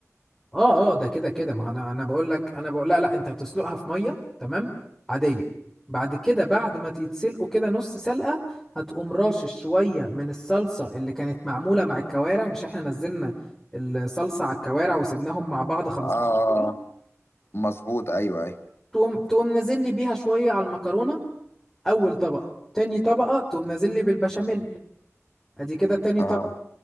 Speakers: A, in the centre; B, on the left (about 50°).
A: اه اه ده كده كده ما هو انا انا بقول لك انا بقول لا لا انت هتسلقها في ميه تمام عاديه بعد كده بعد ما تتسلقوا كده نص سلقه هتقوم راشش شويه من الصلصه اللي كانت معموله مع الكوارع مش احنا نزلنا الصلصه على الكوارع وسبناهم مع بعض 15
B: اه
A: دقيقه
B: مظبوط ايوه ايوه
A: تقوم تقوم نازل لي بيها شويه على المكرونه اول طبقه تاني طبقه تقوم نازل لي بالبشاميل ادي كده تاني
B: اه